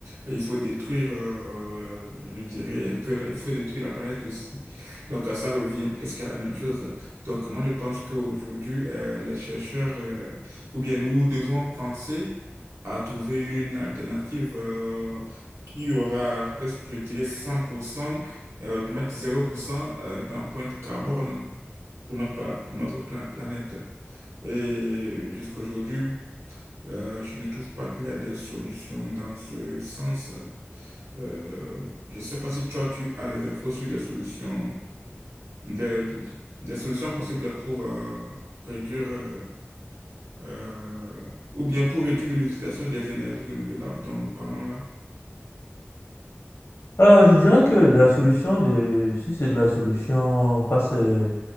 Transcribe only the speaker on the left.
Euh, je dirais que la solution de, si c'est de la solution face euh,